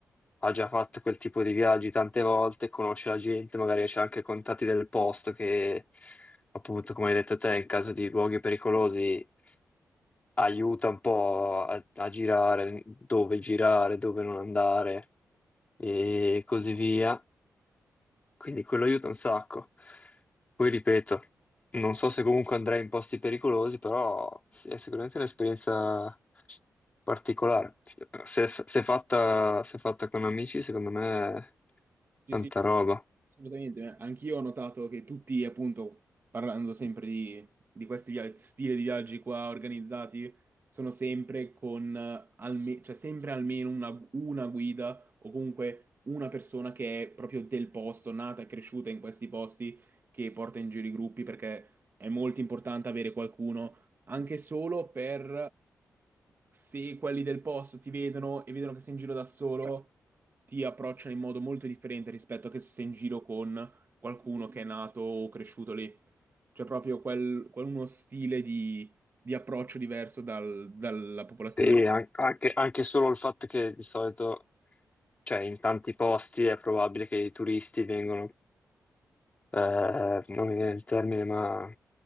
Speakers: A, on the left (about 25°); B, on the right (about 35°).
A: ha già fatto quel tipo di viaggi tante volte, conosce la gente, magari c'è anche contatti del posto che, appunto, come hai detto te, in caso di luoghi pericolosi aiuta un po' a a girare, dove girare, dove non andare e così via. Quindi quello aiuta un sacco. Poi ripeto, non so se comunque andrei in posti pericolosi, però sì, è sicuramente un'esperienza particolare. Se, se fatta, se fatta con amici, secondo me è
B: Sì,
A: tanta
B: sì,
A: roba.
B: Assolutamente, eh. anch'io ho notato che tutti, appunto, parlando sempre di, di questi via- stili di viaggi qua organizzati, sono sempre con eh, alme- cioè sempre almeno una, una guida o comunque una persona che è proprio del posto, nata e cresciuta in questi posti, che porta in giro i gruppi perché è molto importante avere qualcuno anche solo per se quelli del posto ti vedono e vedono che sei in giro da solo, ti approcciano in modo molto differente rispetto a che se sei in giro con qualcuno che è nato o cresciuto lì. C'è proprio quel, quel- uno stile di, di approccio diverso dal- dalla popolazione.
A: Sì, an- anche, anche solo il fatto che di solito, cioè in tanti posti è probabile che i turisti vengono, eh, non mi viene il termine, ma